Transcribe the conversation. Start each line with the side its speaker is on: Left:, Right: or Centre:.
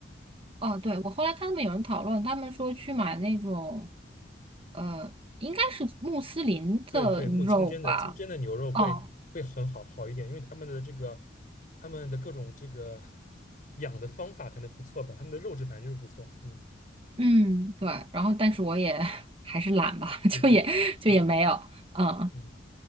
Right: 哦，对，我后来看他们有人讨论，他们说去买那种，呃，应该是穆斯林的肉吧。
Left: 对对，木清真的清真的牛肉会会很好好一点，
Right: 哦，
Left: 因为他们的这个他们的各种这个养的方法可能不错吧，他们的肉质反正就是不错。嗯，
Right: 嗯，对，然后但是我也 <laughs> 还是懒吧，<laughs>
Left: 对对，
Right: 就也就也没有，
Left: 是的，
Right: 嗯，
Left: 嗯。